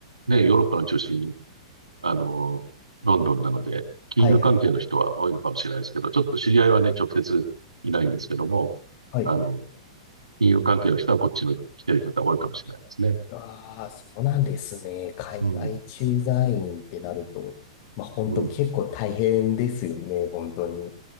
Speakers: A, on the right; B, on the left.
A: ね、ヨーロッパの中心、あの、ロンドンなので、金融関係の人は多いのかもしれないですけど、
B: はいはいはい。
A: ちょっと知り合いはね、直接いないんですけども、
B: はいはいはいはい。
A: あの、金融関係の人はこっちに来てる方多いかもしれないですね。
B: ああ、そうなんですね。海外駐在員ってなると、
A: うん、
B: まあ本当結構大変ですよね、
A: うん、
B: 本当に。